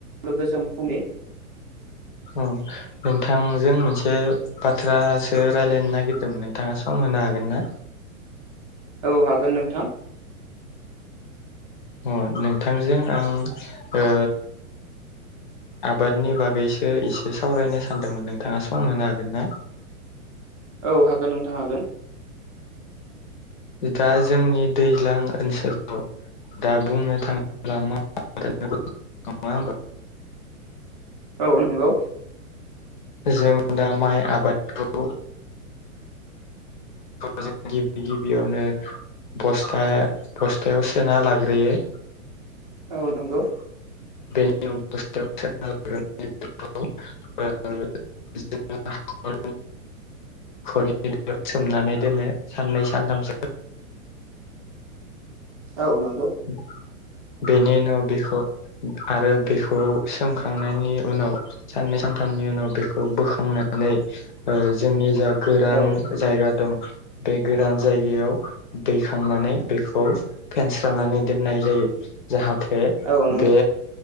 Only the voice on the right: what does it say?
बो गोजों फुंनि
औ हागोन नोंथां।
औ हागोन नोंथां हागोन।
औ नंगौ।
औ नंगौ।
औ नोंगौ।
औ
औ नंगौ